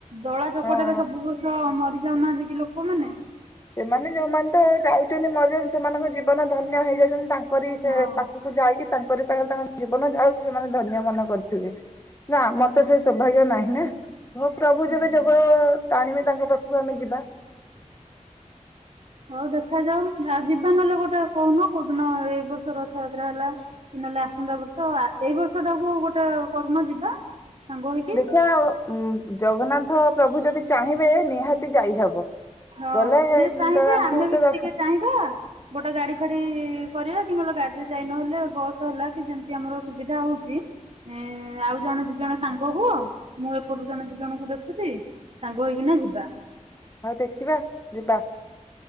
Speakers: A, on the right (about 50°); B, on the left (about 20°).
A: ଦଳା ଚକଟରେ
B: ହଁ
A: ସବୁ ବର୍ଷ ମରି ଯାଉନାହାନ୍ତି କି ଲୋକ- କ ମାନେ
B: ସେମାନେ ଯୋଉମାନେ ତ ଯାଇଛନ୍ତି ମଜ ସେମାନଙ୍କ ଜୀବନ ଧନ୍ୟ ହେଇଯାଇଛନ୍ତି ତାଙ୍କରି
A: ହଁ।
B: ସେ ପାଖ- ଯାଇକି ତାଙ୍କର ପାଖେ ତାଙ୍କ ଜୀବନ ଯାଉଛି ସେମାନେ ଧନ୍ୟ ମନ କରିୁଥିବେ। ନା ମର ତ ସେଇ ସୌଭାଗ୍ୟ ନାହିଁ ନା। ହୋ ପ୍ରଭୁ
A: ହୁଁ।
B: ଯେବେ ଯୋଗ ଟାଣିବେ ତାଙ୍କ ପାଖକୁ ଆମେ ଯିବା।
A: ହଉ ଦେଖାଯାଉ ଯିବା ନହେଲେ ଗୋଟେ କହୁନ କୋଉଦିନ ଏଇ ବର୍ଷ ରଥଯାତ୍ରା ହେଲା। କି ନହେଲେ ଆସନ୍ତା ବର୍ଷ ଏଇ ବର୍ଷ ଟାକୁ ଗୋଟେ କରୁନା ଯିବା। ସାଙ୍ଗ ହେଇକି
B: ଦେଖିବା ଉ ଜଗନ୍ନାଥ ପ୍ରଭୁ ଯଦି ଚାହିଁବେ ନିହାତି ଯାଇହବ।
A: ହଁ
B: ଗଲେ
A: ସିଏ ଚାହିଁବେ
B: ତ ତାଙ୍କୁ
A: ଆମେ
B: ତ
A: ବି
B: ଦର୍ଶ
A: ଟିକେ ଚାହିଁବା ଗୋଟେ ଗାଡି ଫାଡି କରିବା କି ନହେଲେ ଗାଡିରେ ଯାଇ ନହେଲେ ବସ ହେଲା କି ଯେମିତି ଆମର ସୁବିଧା ହଉଛି ଏଁ ଆଉ ଜଣେ ଦି ଜଣ ସାଙ୍ଗ ହୁଅ ମୁଁ ଏପଟୁ ଜଣେ ଦି ଜଣଙ୍କୁ ଦେଖୁଛି ସାଙ୍ଗ ହେଇକିନା ଯିବା।
B: ହଉ ଦେଖିବା ଯିବା